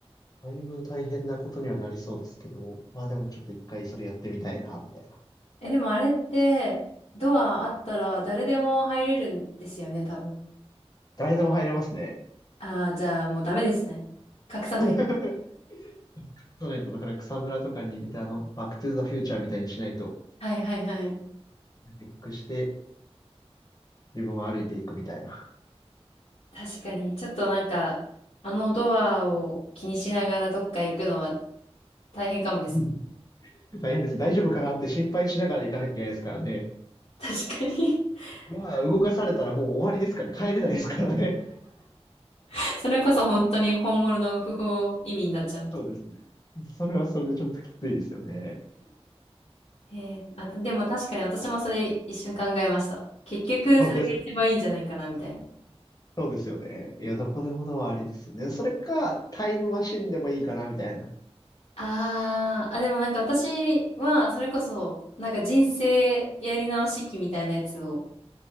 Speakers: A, on the left; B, on the left.
A: だいぶ大変なことにはなりそうですけど、まあでもちょっと一回それやってみたいな、みたいな。
B: え、でもあれって、ドアあったら誰でも入れるんですよね、多分。
A: 誰でも入れますね。
B: ああ、じゃあもうダメですね。隠さないと。
A: <laughs> そうないと、だから草むらとかに入れて、あの、バックトゥーザフューチャーみたいにしないと、
B: はいはいはい。
A: 隠して自分を歩いていくみたいな。
B: 確かに、ちょっとなんか、あのドアを気にしながらどっか行くのは大変かもです。
A: <laughs> 大変です。大丈夫かなって心配しながら行かなきゃいけないですからね。
B: <laughs> 確かに
A: ドア動かされたらもう終わりですからね。
B: うん
A: 帰れないですからね。
B: <laughs> それこそ本当に本物の不法移民になっちゃう。
A: <laughs> そうですね。それはそれでちょっときついですよね。
B: えー、あと、でも確かに私もそれ一瞬考えました。結局それが一番いいんじゃないかな、
A: 本当ですか
B: みたいな。
A: そうですよね。いや、どこでもドアありですよね。それか、タイムマシンでもいいかな、みたいな。
B: あー、あ、でもなんか私は、それこそ、なんか人生やり直し期みたいなやつを、